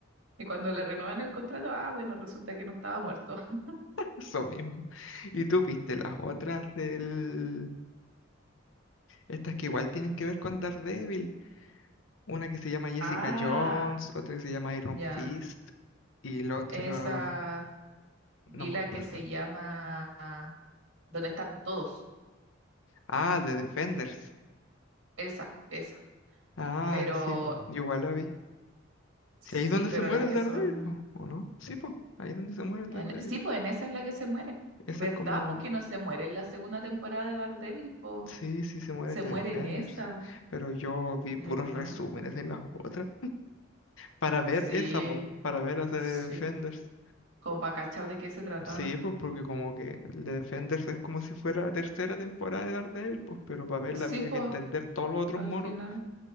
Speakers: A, on the right (about 75°); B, on the left (about 70°).
A: Y cuando le renuevan el contrato, ah, bueno, resulta que no estaba muerto. <laughs>
B: eso mismo. ¿Y tú viste las otras del... Estas que igual tienen que ver con Daredevil? Una que se llama Jessica
A: Ah,
B: Jones, otra que se llama Iron
A: ya.
B: Fist y el otro,
A: Esa vila
B: no me acuerdo.
A: que se llama ah, Donde están todos.
B: Ah, The Defenders.
A: Esa, esa.
B: Ah,
A: Pero
B: sí, po, yo igual la vi.
A: sí,
B: Sí, ahí es donde
A: pero
B: se muere
A: las
B: el
A: que
B: Daredevil,
A: son
B: po, ¿o no? Sí, po, ahí es donde se muere el
A: en-
B: Daredevil.
A: sí, pues en esa es la que se muere.
B: Esa
A: ¿Verdad?
B: es como,
A: Pues que no se muere en la segunda temporada de Daredevil, pues
B: sí, sí se mueren
A: se
B: The
A: muere
B: Defenders,
A: en esa.
B: pero yo vi
A: ¿Verdad?
B: puros resúmenes
A: Pues
B: de las otras para ver
A: sí,
B: esa, po, para ver a The
A: sí.
B: Defenders.
A: Como para cachar de qué se trataba.
B: Sí, pues porque como que el de Defenders es como si fuera la tercera temporada de Daredevil, pues, pero para verla
A: Sí,
B: había
A: pues
B: que entender todos los otros
A: al
B: monos
A: final.